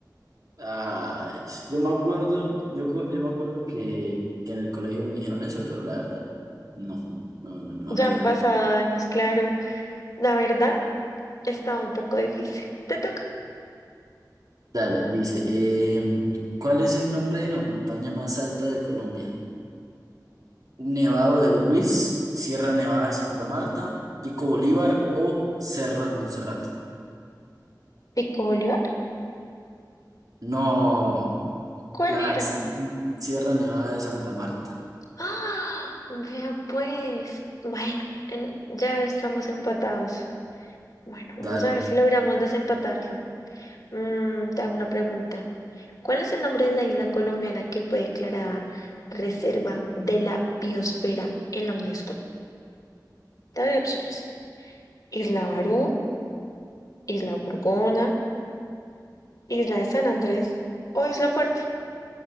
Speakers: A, on the right; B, on the left.
A: Ah, es- yo me acuerdo, yo, cu- yo me acuerdo que, que en el colegio me dijeron eso, pero la verdad, no, no, no, no
B: Ya
A: me
B: han
A: dio.
B: pasado años, claro. La verdad, estaba un poco difícil. Te toca.
A: Dale, dice, em, ¿cuál es el nombre de la montaña más alta de Colombia? Nevado del Ruiz, Sierra Nevada de Santa Marta, Pico Bolívar o Cerro de Monserrate.
B: ¿Pico Bolívar?
A: No,
B: ¿Cuál
A: la
B: era?
A: Sierra Sierra Nevada de Santa Marta.
B: ¡Ah! Vea pues. Bueno, en- ya estamos empatados. Bueno,
A: Dale,
B: vamos a ver si logramos desempatarlo. Mm, te hago una pregunta. ¿Cuál es el nombre de la isla colombiana que fue declarada Reserva de la Biosfera en la UNESCO? Te doy opciones. Isla Barú, Isla Gorgona, Isla de San Andrés o Isla Fuerte.